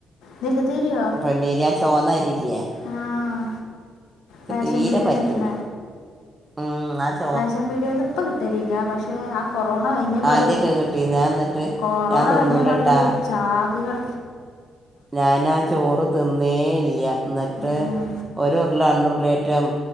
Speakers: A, on the left; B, on the right.
A: വലുതരിയോ
B: പൊന്നീരിയാ ചോന്നരില്ല്യെ
A: ആഹ റേഷൻ
B: തീരെ
A: പീടിയന്
B: പറ്റൂല
A: കിട്ടണ
B: ഉം അത്
A: റേഷൻ പീടിയന് ഇപ്പ കിട്ടലില്ല പക്ഷെ ആ കൊറോണ ക <unintelligible>
B: ആദ്യമൊക്കെ കിട്ടിയിരുന്നു ഞാൻ എന്നിട്ട്
A: കൊറോണ
B: ഞാൻ തിന്നൂലട്ടാ
A: കഴിഞ്ഞ പാടടു ചാക്ക് കണ
B: ഞാനാ ചോറ് തിന്നേ ഇല്യ എന്നിട്ട്
A: ഉം,
B: ഒരു ല്ല അന്തർലേറ്റം